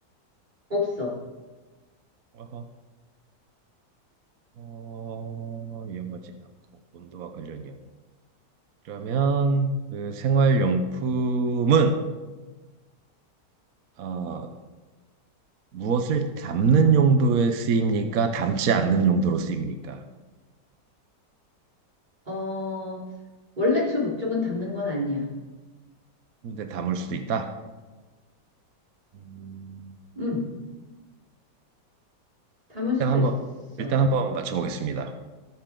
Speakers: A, on the right (about 25°); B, on the right (about 60°).
A: 없어.
B: 어허. 어, 위험하지 않고 온도와 관련이 없 그러면 그 생활용품은 어, 무엇을 담는 용도에 쓰입니까? 담지 않는 용도로 쓰입니까?
A: 어, 원래 주 목적은 담는 건 아니야.
B: 근데 담을 수도 있다. 음,
A: 음 담을
B: 일단
A: 수도
B: 한번
A: 있어.
B: 일단 한번 맞춰보겠습니다.